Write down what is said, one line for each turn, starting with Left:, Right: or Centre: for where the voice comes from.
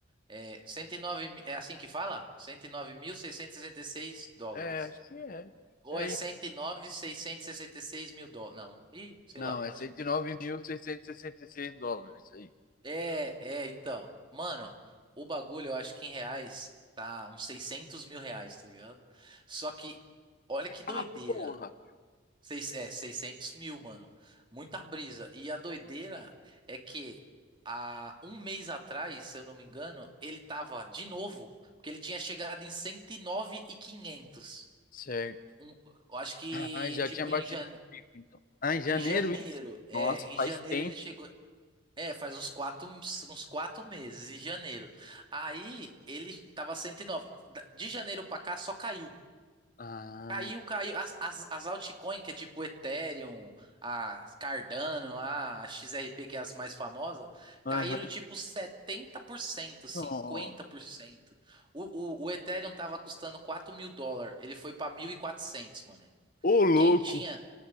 Right: É, 109, mi- é assim que fala? cento e e e nove mil seiscentos e sessenta e seis dólares.
Left: É, acho que é.
Right: Ou
Left: É
Right: é 109.666
Left: isso.
Right: mil seiscentos e sessenta e seis mil dólares? Não, ih, sei
Left: Não,
Right: lá.
Left: é cento e e nove mil seiscentos e sessenta e seis dólares aí.
Right: <laughs> É, é, então. Mano, o bagulho eu acho que em reais tá uns seiscentos mil reais, tá ligado? Só que, olha que doideira.
Left: Ah, porra!
Right: Seis, é, 600 mil, mano. Muita brisa. E a doideira é que há um mês atrás, se eu não me engano, ele tava de novo, porque ele tinha chegado em cento e e nove mil e quinhentos
Left: Certo.
Right: Um, eu acho que,
Left: Ah, já
Right: tipo,
Left: tinha batido
Right: em, jan,
Left: o pico, então. Ah, em janeiro
Right: em janeiro.
Left: isso?
Right: É,
Left: Nossa,
Right: em
Left: faz
Right: janeiro
Left: tempo.
Right: ele chegou. É, faz uns quatro, uns quatro meses, em janeiro. Aí ele tava 109. Da- De janeiro pra cá só caiu.
Left: Ah,
Right: Caiu, caiu. As, as, as altcoins, que é tipo Ethereum, a Cardano, lá, a XRP, que é as mais famosas,
Left: aham.
Right: caíram tipo 70%, 50%.
Left: Ó.
Right: O, o, o Ethereum tava custando quatro mil dólares, ele foi pra 1.400 mano.
Left: Ô, louco.
Right: Quem tinha,